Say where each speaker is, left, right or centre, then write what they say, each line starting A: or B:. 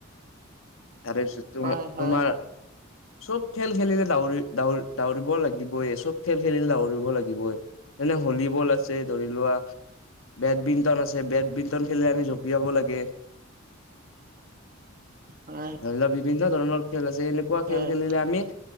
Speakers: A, on the left; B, on the right.
A: তাৰে পিছত তোম
B: হয় হয়
A: তোমাৰ চব খেল খেলিলে দৰিৰি দাৰিব লাগিবই চব খেল খেলিলে দউৰিব লাগিবই যেনে হলীবল আছে ধৰি লোৱা বেডমিণ্টন আছে বেডমিণ্টন খেললে আমি জপিয়াব লাগে
B: হয়
A: ধৰি লও বিভিন্ন ধৰণৰ খেল আছে এেনেকুৱা
B: হয়
A: খেল খেলিলে আমি